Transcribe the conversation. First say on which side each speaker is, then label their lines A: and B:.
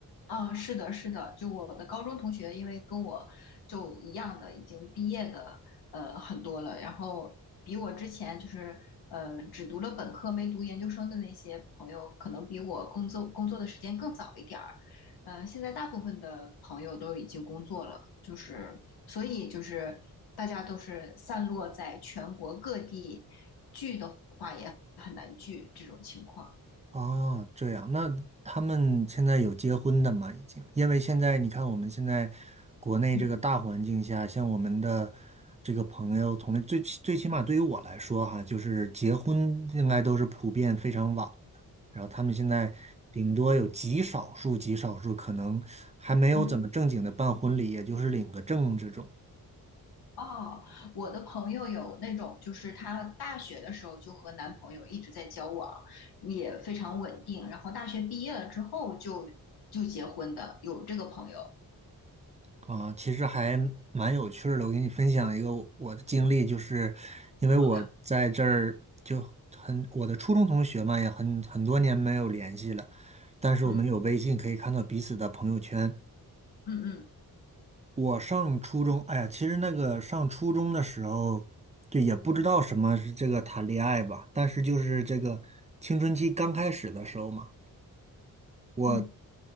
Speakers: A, on the left; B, on the right.
A: 啊，是的，是的，就我的高中同学，因为跟我就一样的，已经毕业的，呃，很多了。然后比我之前就是呃，只读了本科没读研究生的那些朋友，可能比我工作工作的时间更早一点儿。呃，现在大部分的朋友都已经工作了，就是所以就是大家都是散落在全国各地，聚的话也很难聚这种情况。
B: 哦，这样，那他们现在有结婚的吗？已经，因为现在你看，我们现在国内这个大环境下，
A: 嗯
B: 像我们的这个朋友从最最起码对于我来说哈，就是结婚应该都是普遍非常晚的，然后他们现在顶多有极少数极少数可能还没有怎么正经的办婚礼，
A: 嗯。
B: 也就是领个证这种。
A: 哦，我的朋友有那种，就是她大学的时候就和男朋友一直在交往，也非常稳定，然后大学毕业了之后就就结婚的，有这个朋友，
B: 啊，其实还蛮有趣儿的。我给你分享一个我我的经历，就是因为我在这儿就很，
A: 好吧？
B: 我的初中同学嘛，也很很多年没有联系了，但是我们有微信可以看到彼此的朋友圈。
A: 嗯嗯嗯
B: 我上初中，哎呀，其实那个上初中的时候，就也不知道什么是这个谈恋爱吧，但是就是这个青春期刚开始的时候嘛，我
A: 嗯